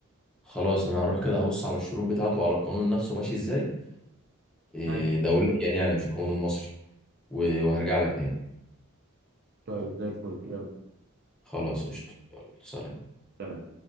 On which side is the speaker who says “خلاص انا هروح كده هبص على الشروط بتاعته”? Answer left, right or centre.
Centre